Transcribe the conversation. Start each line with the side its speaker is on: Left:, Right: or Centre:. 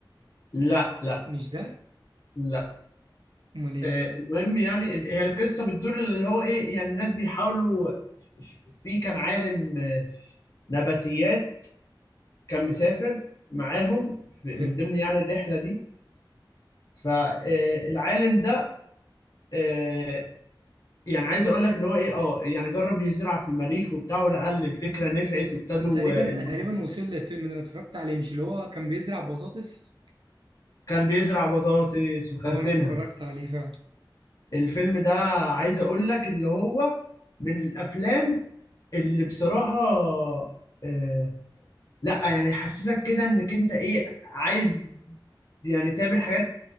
Left: لا لا
Right: مش ده
Left: لا
Right: امال ايه
Left: آه، المهم يعني ال- هي القصه بتدور اللي هو ايه يعني الناس بيحاولوا في كان عالم آه، نباتيات كان مسافر معاهم في-
Right: حلو
Left: من ضمن يعني الرحله دي فالعالم ده آه، يعني عايز اقول لك اللي هو ايه اه يعني جرب يزرع في المريخ وبتاع ولقى الفكره نفعت وابتدوا
Right: انا تقريبا
Left: آه، الم-
Right: تقريبا وصل للفيلم اللي انا اتفرجت عليه مش اللي هو كان بيزرع بطاطس
Left: كان بيزرع بطاطس وخزنها
Right: هو انا اتفرجت عليه فعلا
Left: الفيلم ده عايز اقول لك اللي هو من الافلام اللي بصراحه آه، لا يعني يحسسك كده انك انت ايه عايز يعني تعمل حاجات